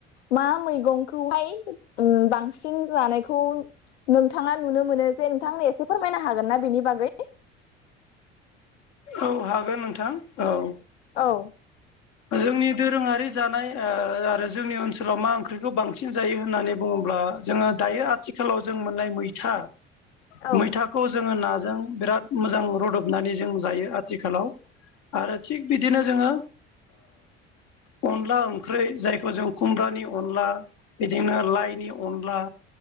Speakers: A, on the left (about 70°); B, on the left (about 55°).
A: मा मैगंखौहाय उम बां सिन जानायखौ नोंथाङा नुनो मोनो जे नोंथांनो एसे फोरमायनो हागोन ना बेनि बागै?
B: औ हागोन नोंथां औ।
A: औ।
B: जोंनि दोरोङारि जानाय ओ आरो जोंनि ओनसोलाव मा ओंख्रिखौ बांसिन जायो होननानै बुङोब्ला जोङो दायो आथिखालाव जों मोननाय मैथा,
A: औ
B: मैथा खौ जोङो नाजों बिराद मोजां रुदबनानै जों जायो आथिखालाव। आरो थिग बिदिनो जोङो ओ अनला ओंख्रै जायखौ जों खुमब्रानि अनला बिदिनो लाइनि अनला